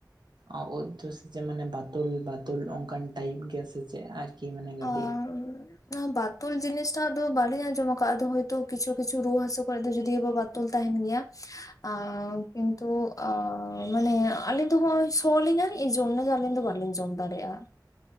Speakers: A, on the right; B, on the left.
A: ᱚ ᱳᱫᱽ ᱫᱚ ᱥᱮᱪᱮ ᱢᱟᱱᱮ ᱵᱟᱛᱚᱞ ᱵᱟᱛᱚᱞ ᱚᱱᱠᱟᱱ ᱴᱟᱭᱤᱯ ᱜᱮᱭᱟ ᱥᱮᱪᱮ? ᱟᱨᱠᱤ ᱢᱟᱱᱮ ᱠᱟᱹᱴᱤᱡ
B: ᱟᱨ ᱚᱱᱟ ᱵᱟᱛᱚᱞ ᱡᱤᱱᱤᱥᱴᱟᱜ ᱫᱚ ᱵᱟᱞᱤᱧ ᱟᱸᱡᱚᱢ ᱟᱠᱟᱫᱼᱟ ᱟᱫᱳ ᱦᱳᱭᱛᱳ ᱠᱤᱪᱷᱩ ᱠᱤᱪᱷᱩ ᱨᱩᱭᱟᱹ ᱦᱟᱹᱥᱩ ᱠᱚᱨᱮ ᱫᱚ ᱡᱩᱫᱤᱣ ᱵᱟ ᱵᱟᱛᱚᱞ ᱛᱟᱦᱮᱸᱱ ᱜᱮᱭᱟ
A: <inaudible>
B: ᱾ <unintelligible> ᱠᱤᱱᱛᱩ ᱢᱟᱱᱮ ᱟᱹᱞᱤᱧ ᱫᱚ ᱦᱚᱜᱚᱭ ᱥᱚ ᱞᱤᱧᱟ ᱮ ᱡᱳᱱᱱᱳ ᱜᱮ ᱟᱹᱞᱤᱧ ᱫᱚ ᱵᱟᱞᱤᱧ ᱡᱚᱢ ᱫᱟᱲᱮᱭᱟᱜᱼᱟ ᱾